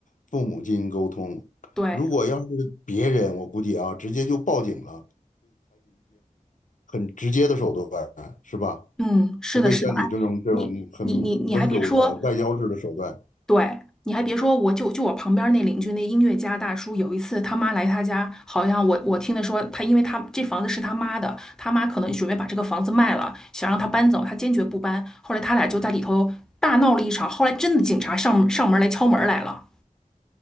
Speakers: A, on the left (about 65°); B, in the centre.
A: 父母进行沟通。
B: 对，
A: 如果要是别人，我估计啊，直接就报警了，很直接的手段，是吧？
B: 嗯，是的，
A: 不会像你这种这种很温柔的外交式的手段。
B: 是的。哎，你你你你还别说，对，你还别说，我就就我旁边那邻居那音乐家大叔，有一次他妈来他家，好像我我听他说他，因为他这房子是他妈的，他妈可能准备把这个房子卖了，想让他搬走，他坚决不搬。后来他俩就在里头大闹了一场，后来真的警察上上门来敲门来了。